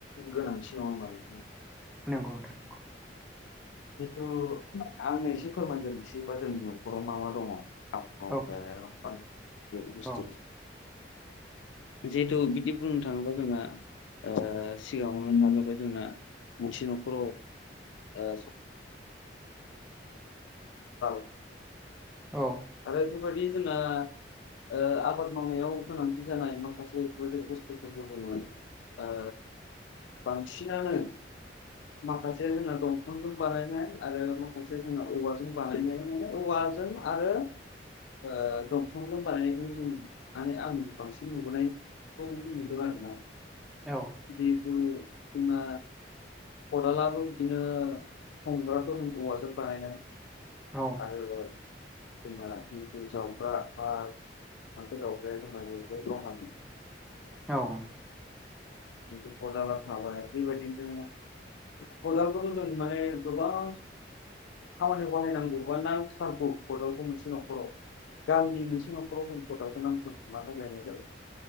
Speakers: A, on the left; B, in the centre.
A: गोनांथि नङा होमबा नोंथां।
B: नंगौ नोंथां नंगौ।
A: जिथु आङो एसे फोरमाय ग्रोसै बा जोंनि न'खराव मा मा दङ। औ
B: औ
A: <unintelligible>
B: औ
A: जिहेथु बिदि बुंनो थाङोबा जोंहा ओ सिगाङावनो थाग्रोबाय जोंना मोनसे न'खराव ओ <unintelligible>
B: औ
A: आरो बेफोरबायदि जोंना ओ आबाद मावनायाव गोनांथि जानाय माखासे बे बुस्थुफोरखौ जोङो ओ बांसिनानो माखासे जोंना दं फांजों बानायनाय आरो माखासे जोंना औवाजों बानायनाय माने औवाजों आरो ओ दंफांजों बानायनायखौ जों आरो आं बांसिन नुबोनाय। औ नुदों आरो ना
B: औ
A: जिथु जोंना खदालाबो बिदिनो हमग्राखौ औवाजों बानायनाय
B: औ
A: <unintelligible> जोंना जिहुथु जावग्रा बा फाथो जावग्राया जोंना <unintelligible>
B: औ
A: <unintelligible> खदालखौथ जों माने गोबां खामानियाव बाहायनांगौ बा नांथारगौ खदालखौ मोनसे न'खराव गामिनि मोनसे न'खराव नाथारगौ जायो